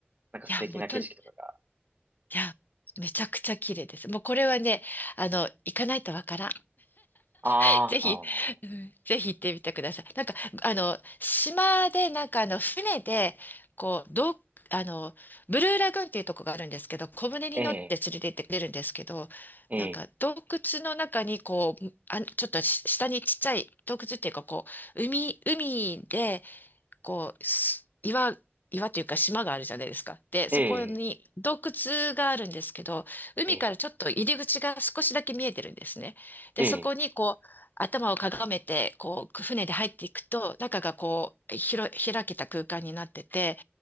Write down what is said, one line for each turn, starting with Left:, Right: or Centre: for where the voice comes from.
Right: なんか素敵な景色とかが。
Left: や、もうと、いや、めちゃくちゃ綺麗です。もうこれはね、あの、行かないとわからん。
Right: ああ、
Left: <laughs> ぜひ、
Right: なるほど、なるほど。
Left: うんぜひ行ってみてください。なんか、あの、島で、なんか、あの、船で、こう、どう、あの、ブルーラグーンっていうとこがあるんですけど、小舟に乗って連れて行ってくれるんですけど、
Right: ええええ、
Left: なんか、洞窟の中に、こう、あ、ちょっとし下にちっちゃい洞窟っていうか、こう、海、海で、こう、し岩、岩というか島があるじゃないですか。で、
Right: ええ、
Left: そこに洞窟があるんですけど、海からちょっと入り口が少しだけ見えてるんですね。
Right: ええ、
Left: で、
Right: ええ、
Left: そこにこう、頭をかがめて、こう、船で入っていくと、中がこう、ひろ、開けた空間になってて、